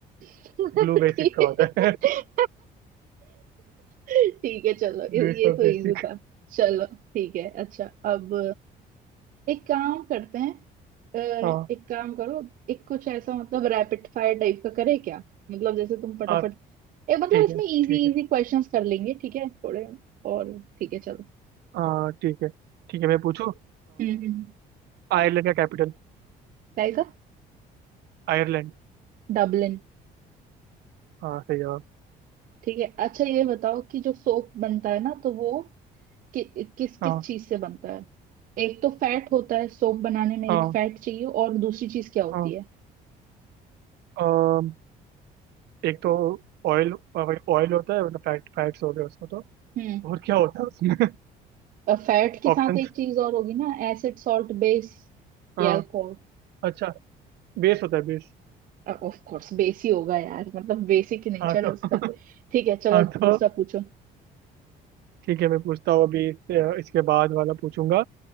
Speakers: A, on the right (about 55°); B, on the right (about 75°).
A: <laughs>
B: Blue basic
A: ठीक
B: का
A: है
B: होता है <laughs>
A: ठीक है चलो
B: Blue
A: ये
B: is
A: ये
B: for
A: तो
B: basic
A: इजी था चलो ठीक है अच्छा अब एक काम करते हैं अ,
B: हाँ
A: एक काम करो एक कुछ ऐसा मतलब रैपिड फायर टाइप का करे क्या मतलब जैसे तुम फटाफट
B: हाँ
A: ए मतलब
B: ठीक
A: इसमें
B: है
A: इजी
B: ठीक है
A: इजी क्वेश्चंस कर लेंगे ठीक है थोड़े और ठीक है चलो
B: हाँ ठीक है ठीक है मैं पूछूँ
A: हम्म हम्म हम्म।
B: आयरलैंड का कैपिटल
A: क्या आएगा?
B: आयरलैंड
A: डबलिन
B: हाँ सही जवाब
A: ठीक है अच्छा ये बताओ कि जो सोप बनता है ना तो वो कि, किस किस
B: हाँ
A: चीज से बनता है एक तो फैट होता है सोप बनाने में
B: हाँ
A: एक फैट चाहिए और दूसरी चीज क्या होती
B: हाँ
A: है
B: अम, एक तो ऑयल ऑयल होता है मतलब फैट फैट्स हो गए उसमें तो
A: हम्म
B: और क्या होता है उसमें
A: और फैट के
B: <laughs>
A: साथ
B: ऑप्शंस
A: एक चीज और होगी ना acid salt base
B: हाँ
A: alcohol
B: अच्छा बेस होता है बेस
A: Of course base ही होगा यार मतलब बेसिक नेचर
B: हाँ
A: है
B: तो
A: उसका
B: <laughs>
A: ठीक है चलो
B: हाँ तो
A: दूसरा पूछो
B: ठीक है मैं पूछता हूँ अभी इससे इसके बाद वाला पूछूंगा